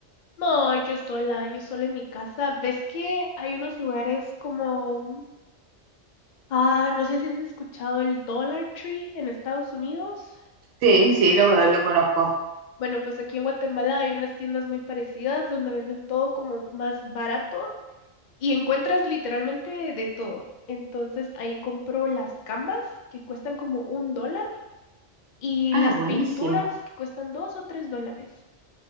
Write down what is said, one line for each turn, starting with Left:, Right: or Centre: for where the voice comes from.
Left: No, yo sola, yo sola en mi casa. ¿Ves que hay unos lugares como, ah, no sé si has escuchado el Dollar Tree en Estados Unidos?
Right: Sí, sí, lo, lo conozco.
Left: Bueno, pues aquí en Guatemala hay unas tiendas muy parecidas donde venden todo como más barato y encuentras literalmente de todo. Entonces ahí compro las canvas que cuestan como un dólar y
Right: Ah,
Left: las
Right: buenísimo.
Left: pinturas que cuestan dos o tres dólares.